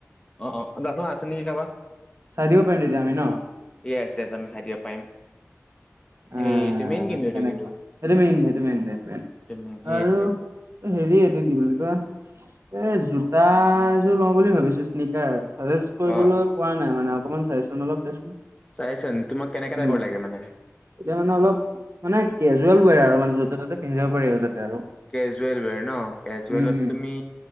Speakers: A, on the left; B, on the right.
A: অ অ জানো আছে নেকি কাবা।
B: চাই দিব পাৰিম তেতিয়া আমি ন।
A: য়েছ য়েছ আমি চাই দিব পাৰিম সেইটো
B: আহ
A: মেইন কিন্তু এইটো
B: তেনে
A: কিন্তু
B: এ সেইটো মেইন সেইটো মেইন
A: এইটো মেইন সেইটোৱে
B: আৰু। এ হেৰি এদিন। কি বুলি কয় এই জোতা এযোৰ লওঁ বুলি ভাবিছো স্নিকাৰ। কৰিবলৈ
A: অ
B: পোৱা নাই মানে অকমান চাগেচন অলপ দেচোন।
A: চাইচোন তোমাক কেনেকা
B: তেতিয়া
A: টাইপৰ লাগে মানে
B: মানে অলপ মানে কেজুৱেল হয় আৰু মানে য'তে ত'তে পিন্ধাব পাৰি আৰু যাতে আৰু।
A: কেজুৱেল ন, কেজুৱেলত
B: উম উম
A: তুমি